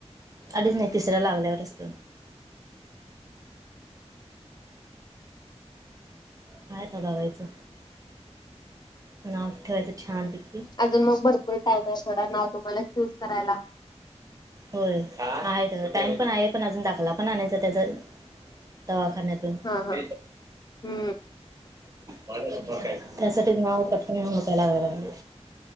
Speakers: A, on the right; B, on the left.
A: अडीच नाही तिसऱ्या लागल्यावर असत काता बघायचं नाव ठेवायचं छान पिक
B: अजून मग भरपूर टाइम आहे थोडा नाव तुम्हाला चूज करायला
A: होय आहे तर टाइम पण आहे पण अजून दाखला पण आणायचं त्याच दवाखान्यात <inaudible>
B: हा हा हम्म.
A: त्यासाठी नाव पटकन हुडकाय लागालाय